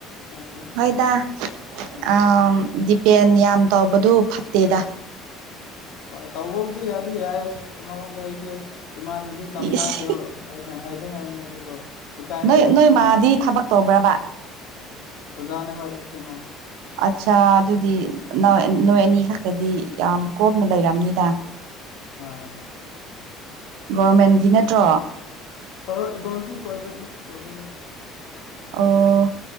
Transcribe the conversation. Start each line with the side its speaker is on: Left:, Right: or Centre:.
Left: ꯑꯩꯅ ꯑꯗꯨꯝ
Right: ꯍꯣꯏꯗ
Left: ꯎꯝ
Right: ꯑꯥ ꯗꯤꯄꯦꯟ ꯌꯥꯝ ꯇꯧꯕꯗꯨ ꯐꯠꯇꯦꯗ
Left: ꯍꯣꯏ ꯇꯧꯕꯕꯨꯗꯤ ꯌꯥꯗꯤ ꯌꯥꯏ ꯑꯃꯔꯣꯝꯗ ꯑꯩꯗꯤ ꯏꯃꯥꯅꯗꯤ ꯇꯝꯊꯥꯈꯤꯌꯣ
Right: ꯏꯁ
Left: ꯑꯩꯅ ꯍꯥꯏꯗꯤ ꯍꯥꯢꯕꯅꯦ ꯑꯗꯨꯕꯨ ꯏꯀꯥꯏꯔꯦ
Right: ꯅꯣꯏ
Left: ꯍꯧꯖꯤꯛꯇꯤ
Right: ꯅꯣꯏ ꯃꯥꯗꯤ ꯊꯕꯛ ꯇꯧꯕ꯭ꯔꯕ
Left: ꯑꯣꯖꯥꯅꯦ ꯍꯣꯏ ꯑꯩꯈꯣꯏ ꯏꯃꯥꯁꯨ
Right: ꯑꯠꯆꯥ ꯑꯗꯨꯗꯤ ꯅꯣꯏ ꯑꯅꯤ ꯈꯛꯇꯗꯤ ꯌꯥꯝ ꯀꯣꯝꯅ ꯂꯩꯔꯝꯅꯤꯗ
Left: ꯍꯣꯏ
Right: ꯒꯣꯚꯔꯃꯦꯟꯒꯤ ꯅꯠꯇ꯭ꯔꯣ
Left: ꯑꯥ ꯢꯃꯥꯁꯨ ꯄ꯭ꯔꯕꯦꯠꯅꯦ ꯒꯣꯔꯃꯦꯟ ꯅꯠꯇꯦ
Right: ꯑꯣ